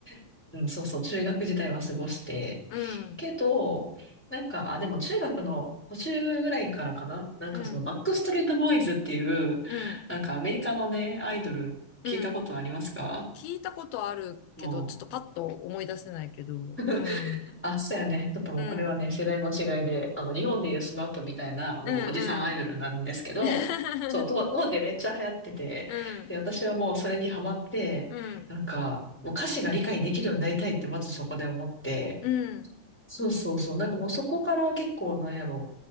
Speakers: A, in the centre; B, on the left.
A: <laughs> うん、そうそう、中学時代は過ごして。
B: うん、
A: けど、なんか、あ、でも中学の途中ぐらいからかな。なんかそのバックストリートボーイズっていう、
B: うん、うん、
A: なんかアメリカのね、アイドル聞いたことありますか
B: うん。聞いたことあるけど、
A: も
B: ちょっとパッと思い出せないけど、
A: う。<laughs>
B: うん、
A: あ、そうやね。ちょっともうこれはね、
B: うん、
A: 世代の違いで、あの、日本でいうスマップみたいな、もうおじさんアイドルなんですけど、
B: うん、うん。<laughs>
A: そう、当当時めっちゃ流行ってて、
B: うん、
A: で、私はもうそれにハマって、
B: うん、
A: なんか、もう歌詞が理解できるようになりたいってまずそこで思って、
B: うん、
A: そうそうそう。なんかもうそこから結構なんやろ、